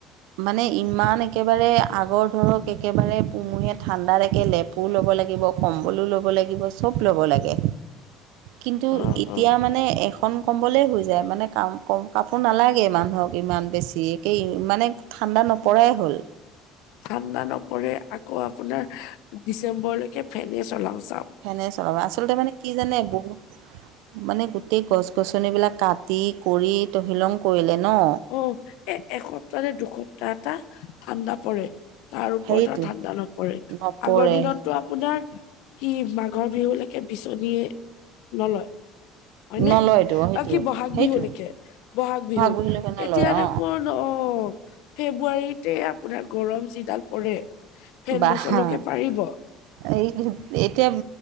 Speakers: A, on the right (about 85°); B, on the left (about 75°).
A: মানে ইমান একেবাৰে আগৰ ধৰক একেবাৰে পুমুহীয়া ঠাণ্ডাত একে লেপ পো ল'ব লাগিব কম্বলো ল'ব লাগিব চব ল'ব লাগে। কিন্তু
B: অ',
A: এতিয়া
B: অ',
A: মানে এখ খন কম্বলেই হৈ যায় মানে কাম কম কাপোৰ নালাগে মানুহক ইমান বেছি ধিয়েকে ইমানে ঠাণ্ডা নপৰাই হ'ল।
B: ঠাণ্ডা নপৰে আকৌ আপোনাৰ ডিচেম্বৰলৈকে ফেনে চলাওঁ চাওঁক।
A: ফেনে চলাওঁ আচলতে মানে কি জানে বহুত মানে গোটেই গছ-গছনিবিলাক কাটি কৰি তহিলং কৰিলে ন'।
B: অ, এ এসপ্তাহ নে দুসপ্তাহ এটা ঠাণ্ডা পৰে। তাৰ ওপৰত
A: সেইটো
B: আৰ ঠাণ্ডা নপৰে
A: নপৰে
B: আগৰ দিনততো আপোনাৰ কি মাঘৰ বিহুলৈকে বিচনী নলয়। হয়নে
A: নলয়তো সেইটোৱে
B: অহ, কি ব'হাগ
A: সেইটোৱে
B: বিহুলৈকে ব'হাগ বিহুত
A: বিহুলৈকে নলয়
B: এতিয়াৰে
A: অঁ
B: ক'ত ন' অহ, ফেব্ৰুৱাৰীতে আপোনাৰ গৰম যিডাল পৰে ফেন
A: বাহ
B: নচলোৱাকে
A: হা,
B: পাৰিব
A: এই এতিয়া